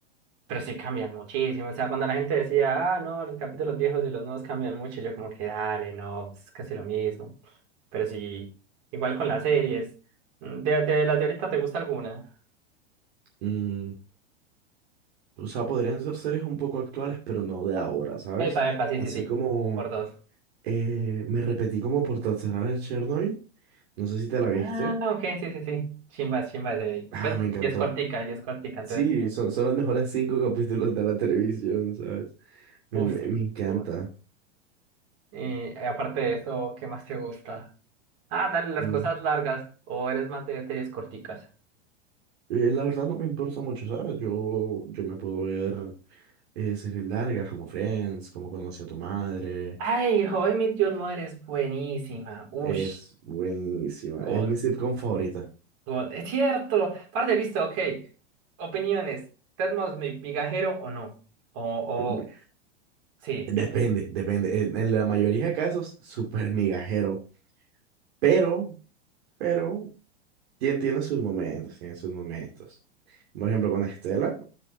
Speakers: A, on the right; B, on the right.
A: pero sí cambian muchísimo, o sea, cuando la gente decía, ah, no, los capítulos viejos y los nuevos cambian mucho, yo como que, dale, no, es casi lo mismo, pero sí, igual con las series, de, de las de ahorita, ¿te gusta alguna?
B: Mm, o sea, podrían ser series un poco actuales, pero no de ahora, ¿sabes?
A: Epa, epa, sí,
B: Así
A: sí, sí,
B: como
A: por dos.
B: eh, me repetí como por tercera vez Chernobyl, no sé si te la viste.
A: Ah, ok, sí, sí, sí. Chimba, chimba, serie.
B: Ah,
A: Pues
B: me encantó.
A: y es cortica, y es cortica, entonces
B: Sí,
A: bien.
B: son, son los mejores cinco capítulos de la televisión, ¿sabes? Me,
A: Uf,
B: me-
A: sí.
B: me encanta.
A: good. Y eh, aparte de eso, ¿qué más te gusta? Ah, dale, las
B: Mm.
A: cosas largas. ¿O eres más de series corticas?
B: Eh, la verdad no me importa mucho, ¿sabes? Yo, yo me puedo ver eh, series largas como Friends, como Conocí a tu madre.
A: Ay, How I Met Your Mother es buenísima. Ush,
B: Es buenísima.
A: God,
B: Es mi sitcom favorita.
A: God. Es cierto. Parte, listo, ok. Opiniones. ¿Ted Mosby, mi migajero o no? O,
B: <laughs> Be-
A: o, sí.
B: Depende, depende. En, en la mayoría de casos, súper migajero. Pero, pero, tien- tiene sus momentos, tiene sus momentos. Por ejemplo, con Estela.